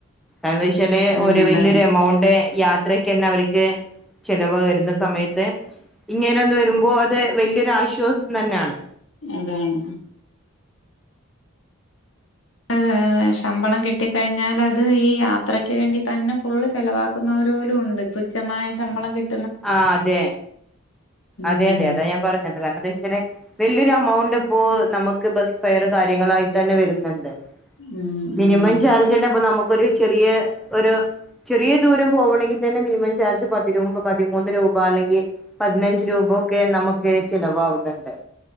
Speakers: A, in the centre; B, on the left.
A: കാരണന്താച്ചാല്
B: ആഹ്
A: ഒരു
B: അതാണ്
A: വല്യെരു എമൗണ്ട് യാത്ര ക്കെന്നെ അവര്ക്ക് ചെലവ് വെരുന്ന സമയത്ത് ഇങ്ങനെ ഒന്ന് വരുമ്പോ അത് വല്യാെരു ആശ് ശ്വാസ് തന്നെ ആണ്.
B: അതാണ് ആതാ ശമ്പളം കിട്ടിക്കഴിഞ്ഞാല് അത് ഈ യാത്രയ്ക്ക് വേണ്ടി തന്നെ ഫുള്ള് ചെലവാക്കുന്നവർ പോലൂണ്ട്. തുച്ഛമായ ശമ്പളം കിട്ട്
A: ആഹ് അതെ.
B: ഉം
A: അതെ അതെ അതാ ഞാൻ പറഞ്ഞത്. കാരണം എന്താ വെച്ചാല്. വെല്യെരു എമൗണ്ട് ഇപ്പോ നമുക്ക് ബസ് ഫെയറ് കാര്യങ്ങളായിട്ടെന്നെ വരുന്ന്ണ്ട്. തെ
B: ഉം
A: മിനിമം
B: ഉം
A: ചാർജെന്നെ ഇപ്പൊ നമുക്കൊരു ചെറിയ ഒരു ചെറിയ ദൂരം പോകണെങ്കിതന്നെ മിനിമം ചാർജ് പതിമ്പ് പതിമൂന്ന് രൂപ അല്ലെങ്കിൽ പതിനഞ്ച് രൂബൊക്കെ നമുക്ക് ചിലവാവുന്നുണ്ട്.